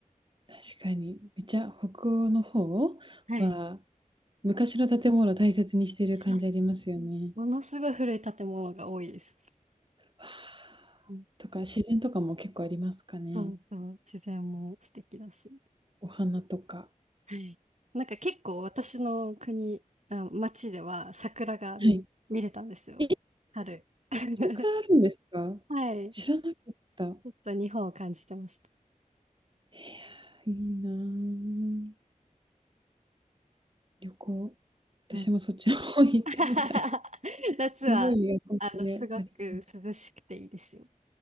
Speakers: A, on the right; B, on the right.
A: 確かに。めっちゃ北欧の方
B: はい。
A: は、昔の建物を大切にしている感じありますよね。
B: そう。ものすごい古い建物が多いです。
A: わあ。
B: うん
A: とか、自然とかも結構ありますかね？
B: そうそう、自然も素敵だし。
A: お花とか。
B: はい。なんか結構私の国、あ、町では桜が見、
A: はい。
B: 見れたんですよ。
A: え
B: 春。<laughs>
A: そこからあるんですか知らなかった。
B: はい。ちょっと日本を感じてました。
A: いやー、いいなー旅行。私もそっちの方行ってみたい。
B: うん <laughs> 夏は、
A: すごいエアコンであります。
B: あの、すごく涼しくていいですよ。